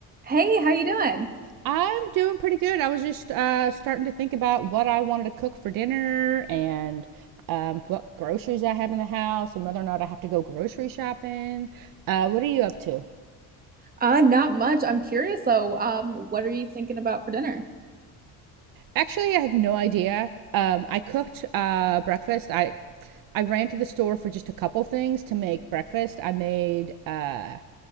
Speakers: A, on the right (about 25°); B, on the right (about 65°).
A: Hey, how you doing?
B: I'm doing pretty good. I was just uh, starting to think about what I wanted to cook for dinner and um, what groceries I have in the house and whether or not I have to go grocery shopping. Uh, what are you up to?
A: Uh, not much. I'm curious though. Um, what are you thinking about for dinner?
B: Actually, I have no idea. Um, I cooked uh, breakfast. I I ran to the store for just a couple things to make breakfast. I made uh,